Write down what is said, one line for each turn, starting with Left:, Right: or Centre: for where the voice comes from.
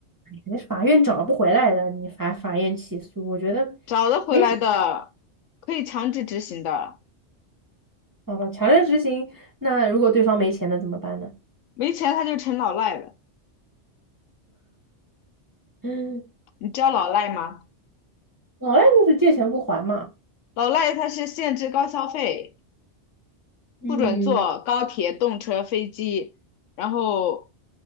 Right: 那法院找不回来的，你法法院起诉，我觉得
Left: 找得回来的可以强制执行的，
Right: 没什么。好吧，强制执行，那如果对方没钱了怎么办呢？
Left: 没钱他就成老赖了。
Right: 嗯，
Left: 你知道老赖吗？
Right: 老赖就是借钱不还嘛。
Left: 老赖他是限制高消费，
Right: 嗯
Left: 不准坐高铁、动车、飞机，然后，